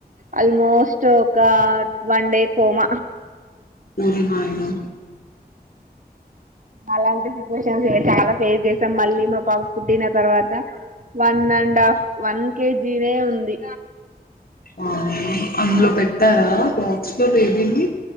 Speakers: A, on the right; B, on the left.
A: ఆల్మోస్ట్ ఒక వన్ డే కోమ
B: ఒరినాయనో
A: అలాంటి సిచ్యువేషన్స్ ఎ చాలా ఫేస్ చేసాం మళ్ళీ మా పాప పుట్టిన తర్వాత వన్ అన్ అండఫ్ వన్ కేజీ నె ఉంది
B: వామ్మ అంద్లో పెట్టారా బాక్స్ లో బేబీని